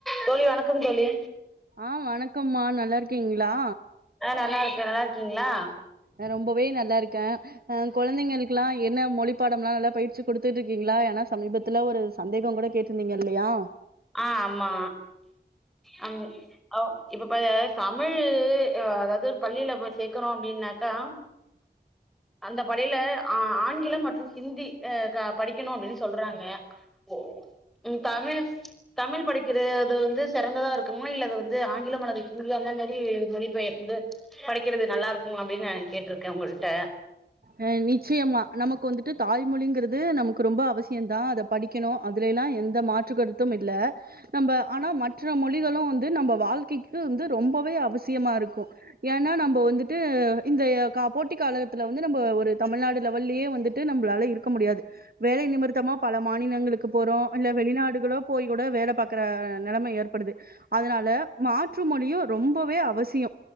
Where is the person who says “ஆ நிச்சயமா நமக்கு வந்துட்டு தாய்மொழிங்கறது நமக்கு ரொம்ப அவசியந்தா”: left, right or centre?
Right